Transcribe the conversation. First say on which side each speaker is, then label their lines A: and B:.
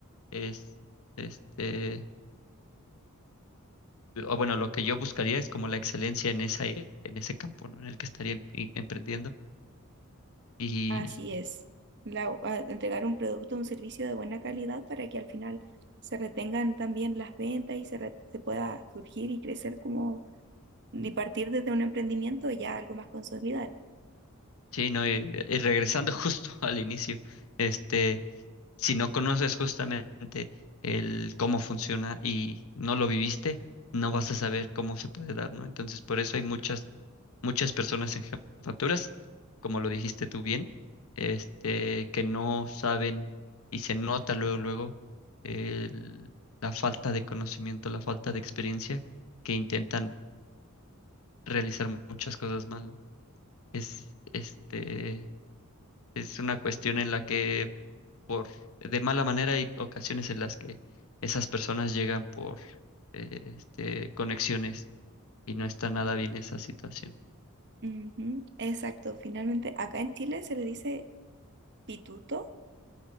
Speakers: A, on the left (about 70°); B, on the right (about 50°).
A: es, este, o bueno, lo que yo buscaría es como la excelencia en esa, e, en ese campo, ¿no? En el que estaría em- em- emprendiendo. Y
B: Así es. La- a- entregar un producto o un servicio de buena calidad para que al final se retengan también las ventas y se, re- se pueda surgir y crecer como y partir desde un emprendimiento ya algo más consolidado.
A: sí, ¿no? Y, y regresando <laughs> justo al inicio, este, si no conoces justamente el cómo funciona y no lo viviste, no vas a saber cómo se puede dar, ¿no? Entonces, por eso hay muchas muchas personas en jefaturas, como lo dijiste tú bien, este, que no saben y se nota luego, luego el- la falta de conocimiento, la falta de experiencia, que intentan realizar muchas cosas mal, ¿no? Es, este, es una cuestión en la que por de mala manera hay ocasiones en las que esas personas llegan por eh, este, conexiones y no está nada bien esa situación.
B: Ujú, Exacto. Finalmente, acá en Chile se le dice pituto